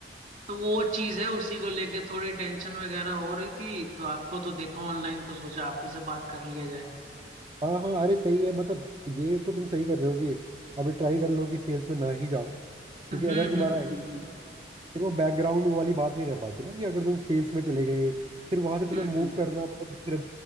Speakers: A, on the right; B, on the right.
A: तो वो चीज़ है उसी को लेके थोड़ी टेंशन वगैरह हो रही थी तो आपको तो देखा ऑनलाइन तो सोचा आप ही से बात कर लिया जाए
B: हाँ हाँ अरे सही है मतलब ये तो तुम सही कर रहे हो कि अभी ट्राई कर लो कि सेल्स में ना ही जाओ क्योंकि
A: हम्म
B: अगर तुम्हारा
A: हम्म हम्म
B: फिर वो बैकग्राउंड वाली बात नहीं रह पाती ना कि अगर तुम सेल्स में चले गए फिर वहां से तुम्हें
A: हम्म
B: मूव
A: हम्म,
B: करना मतलब दूसरे